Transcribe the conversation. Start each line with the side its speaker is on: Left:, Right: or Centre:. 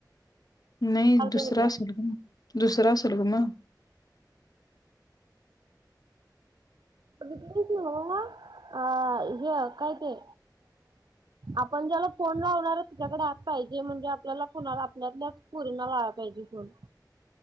Left: नाही
Right: चालते
Left: दुसरा
Right: बघूया
Left: असलं. दुसरा असलं ग म
Right: काय ते नव्ह अ काय ते आपण ज्याला फोन लावणार त्यांच्याकडे एप पाहिजे म्हणजे आपल्याला कोणाला आपल्यातलाच पुरींना लावायला पाहिजे फोन.